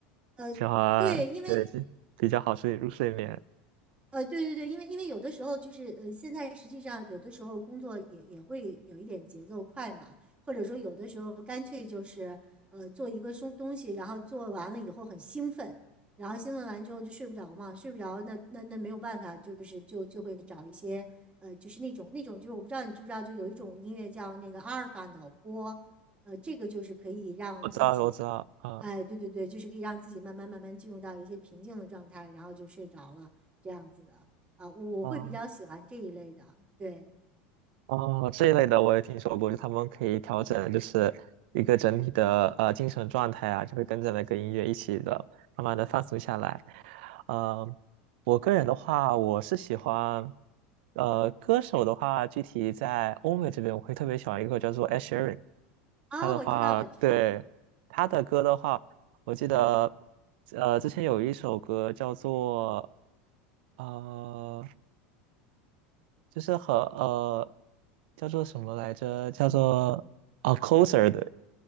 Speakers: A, on the right; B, on the right.
A: 呃，
B: 喜欢，
A: 对，因为
B: 对，是比较好睡入睡眠。
A: 呃，对对对，因为因为有的时候就是呃，现在实际上有的时候工作也也会有一点节奏快嘛，或者说有的时候干脆就是呃做一个东东西，然后做完了以后很兴奋，然后兴奋完之后就睡不着嘛，睡不着那那那没有办法，就是就就会找一些呃就是那种那种就是我不知道你知不知道，就有一种音乐叫那个阿尔法脑波，呃，这个就是可以让自己
B: 我知道，我知道，啊、
A: 哎，对对对，就是可以让自己慢慢慢慢进入到一些平静的状态，然后就睡着了这样子的啊，我会比较喜欢这一类的。
B: 啊、
A: 对
B: 哦，这一类的我也听说过，就他们可以调整，就是一个整体的呃精神状态啊，就会跟着那个音乐一起的，慢慢的放松下来。呃，我个人的话，我是喜欢，呃，歌手的话，具体在欧美这边，我会特别喜欢一个叫做 Ed s h e r a n
A: 哦，
B: 他的话，
A: 我知道，我知道，
B: 对，他的歌的话。我记得，呃，之前有一首歌叫做呃，就是和呃叫做什么来着？叫做啊 Closer 的，